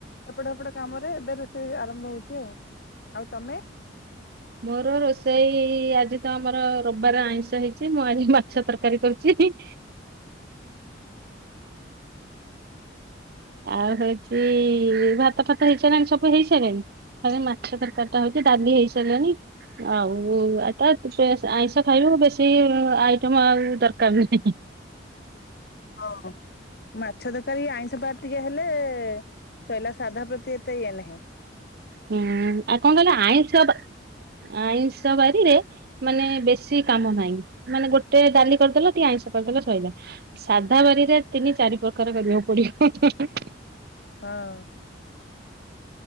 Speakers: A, on the left (about 55°); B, on the right (about 55°).
A: ଏପଟ ଏପଟ କାମରେ ଏବେ ରୋଷେଇ ଆରମ୍ଭ ହଉଛି ଆଉ ଆଉ ତମେ?
B: ମୋର ରୋଷେଇ ଆଜି ତ ଆମର ରବିବାର ଆଇଁଷ ହେଇଛି ମୁଁ ଆଜି ମାଛ ତରକାରୀ କରୁଛି। ଆଉ ହେଉଛି ଭାତ ଫାତ ହେଇସାରିଲାଣି ସବୁ ହେଇ ସାରିଲାଣି। ଖାଲି ମାଛ ତରକାରୀଟା ହଉଛି ଡାଲି ହେଇସାରିଲାଣି। ଆଉ ତ ଆଇଁଷ ଖାଇବୁ ବେଶୀ ଆଇଟମ ଆଉ ଦରକାର ନାହିଁ।
A: ହଁ ମାଛ ତରକାରୀ ଆଇଁଷ ବାର ଟିକେ ହେଲେ ସଇଲା ସାଧା ପ୍ରତି ଏତେ ଇଏ ନାହିଁ।
B: ହୁଁ ଆଉ କଣ କହିଲ ଆଇଁଷ ଆଇଁଷ ବାରିରେ। ମାନେ ବେଶୀ କାମ ନାହିଁ ମାନେ ଗୋଟେ ଡାଲି କରିଦେଲ ଟିକେ ଆଇଁଷ କରିଦେଲ ସଇଲା। ସାଧା ବାରିରେ ତିନି ଚାରି ପ୍ରକାର କରିବାକୁ ପଡିବ।
A: ହଁ।